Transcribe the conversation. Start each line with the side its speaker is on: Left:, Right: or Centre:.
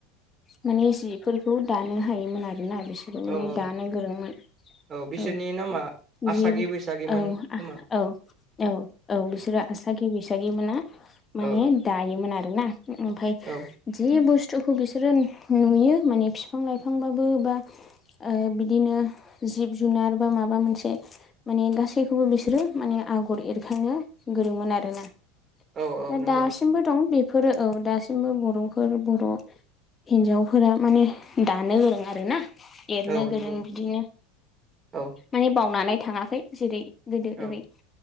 Left: माने जिफोरखौ दानो हायोमोन आरोना बिसोरो
Right: औ
Left: माने
Right: औ
Left: दानो गोरोंमोन।
Right: बिसोरनि
Left: औ
Right: नामा आसागि
Left: जेबो
Right: बैसागिमोन
Left: औ
Right: खोमा
Left: औ औ औ बिसोरा आसागि बैसागिमोना माने
Right: औ
Left: दायोमोन आरो ना ओमफ्राय
Right: औ
Left: जि बुस्थुखौ बिसोरो नुयो माने बिफां लाइफांबाबो बा आरो बिदिनो जिब जुनार बा माबा मोनसे माने गासैखौबो बिसोरो माने आगर एरखांनो गोरोंमोन आरोना।
Right: औ औ
Left: दा
Right: नंगौ
Left: दासिमबो दं बेफोरो औ दासिमबो बर'फोर बर' हिनजावफोरा माने दानो गोरों आरोना। एरनो
Right: औ
Left: गोरों
Right: नंगौ
Left: बिदिनो
Right: औ
Left: माने बावनानै थाङाखै जेरै गोदो
Right: औ
Left: ओरै